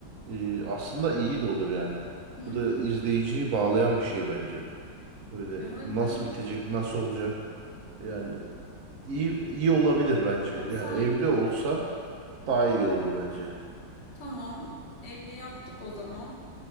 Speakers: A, on the right (about 50°); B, on the left (about 40°).
A: Ee, aslında iyi de olur yani.
B: Hı
A: Bu
B: hı.
A: da izleyiciyi bağlayan bir şey bence. Böyle
B: Evet
A: nasıl
B: değil mi?
A: bitecek, nasıl olacak? Yani İyi iyi olabilir bence.
B: Ha,
A: Yani
B: sen
A: evli olsa daha iyi olur bence.
B: Tamam, evli yaptık o zaman.